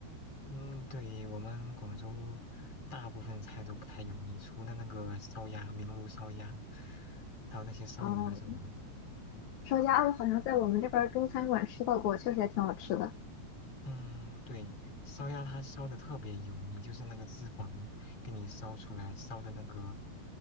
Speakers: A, on the left; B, on the left.
A: 嗯，对，我们广州大部分菜都不太油腻，除了那个烧鸭、明炉烧鸭，还有那些烧鹅什么的。
B: 嗯，烧鸭子好像在我们这边儿中餐馆吃到过，确实也挺好吃的。
A: 嗯，对，烧鸭它烧的特别油腻，就是那个脂肪给你烧出来，烧的那个，